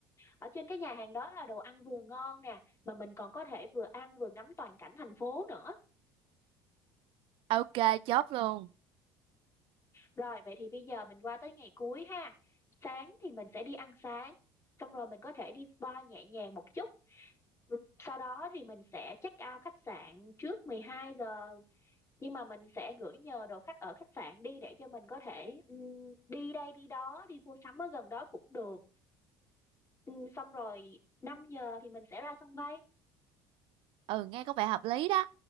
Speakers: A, on the left; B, on the right.
A: ở trên cái nhà hàng đó là đồ ăn vừa ngon nè mà mình còn có thể vừa ăn vừa ngắm toàn cảnh thành phố nữa
B: Ok, chốt luôn.
A: rồi vậy thì bây giờ mình qua tới ngày cuối ha sáng thì mình sẽ đi ăn sáng xong rồi mình có thể đi spa nhẹ nhàng một chút Ừ, sau đó thì mình sẽ check out khách sạn trước 12 giờ nhưng mà mình sẽ gửi nhờ đồ khách ở khách sạn đi để cho mình có thể ừm, đi đây đi đó đi mua sắm ở gần đó cũng được Ừm, xong rồi 5 giờ thì mình sẽ ra sân bay
B: ừ nghe có vẻ hợp lý đó